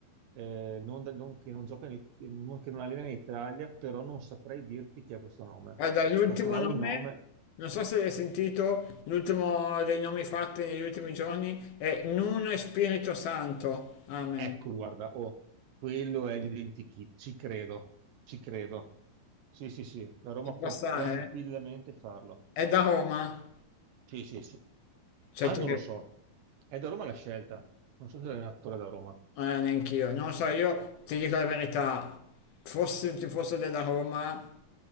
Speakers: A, on the right; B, on the left.
A: eh, non da- non- che non gioca in, It- non- che non allena in Italia, però non saprei dirti chi è questo nome.
B: Guarda, l'ultimo
A: Ma sarà
B: nome,
A: un nome,
B: non so se l'hai sentito, l'ultimo dei nomi fatti negli ultimi giorni è Nuno e Spirito Santo. Amen.
A: ecco, guarda, oh, quello è l'identikit, ci credo, ci credo. Sì, sì, sì, la Roma
B: Ci può
A: può
B: stare?
A: tranquillamente farlo.
B: È da Roma.
A: Sì, sì, sì.
B: Certo
A: Ah, non
B: che
A: lo so. È da Roma la scelta. Non so se l'allenatore è da Roma.
B: Eh, neanch'io, non lo so, io ti dico la verità, fossi un tifoso della Roma,